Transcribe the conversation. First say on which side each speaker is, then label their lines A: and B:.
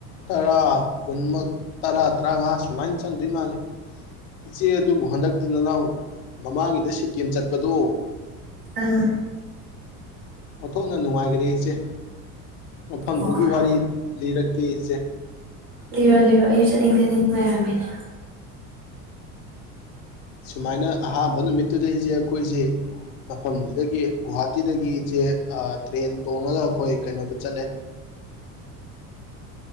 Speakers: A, on the left; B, on the right.
A: ꯇꯔꯥ ꯀꯨꯟꯃꯛ ꯇꯔꯥ ꯇꯔꯥꯃꯉꯥ ꯁꯨꯃꯥꯏꯅ ꯆꯪꯗꯣꯏ ꯃꯥꯜꯂꯤꯦ ꯏꯆꯦ ꯑꯗꯨꯕꯨ ꯍꯟꯗꯛꯇꯤꯟ ꯅꯅꯥꯎ ꯃꯃꯥꯡꯒꯤꯗ ꯁꯤꯛꯀꯤꯝ ꯆꯠꯄꯗꯣ
B: ꯑꯥꯝ
A: ꯑꯣꯟꯊꯣꯛꯅ ꯅꯨꯡꯉꯥꯏꯈꯔꯦ ꯏꯆꯦ ꯃꯐꯝꯗꯨꯒꯤ
B: ꯑꯣ
A: ꯋꯥꯔꯤ ꯂꯤꯔꯛ ꯄꯤꯖ
B: ꯂꯤꯔꯣ ꯂꯤꯔꯣ ꯑꯩꯁꯨ ꯆꯠꯅꯤꯡ ꯆꯠꯅꯤꯡ ꯂꯩꯔꯝꯃꯤꯅꯦ
A: ꯁꯨꯃꯥꯏꯅ ꯑꯍꯥꯟꯕ ꯅꯨꯃꯤꯠꯇꯨꯗ ꯏꯆꯦ ꯑꯩꯈꯣꯏꯁꯦ ꯃꯐꯝꯁꯤꯗꯒꯤ ꯒꯨꯍꯥꯇꯤꯗꯒꯤ ꯏꯆꯦ ꯇ꯭ꯔꯦꯟ ꯇꯣꯡꯉꯒ ꯑꯩꯈꯣꯏ ꯀꯩꯅꯣꯗ ꯆꯠꯂꯦ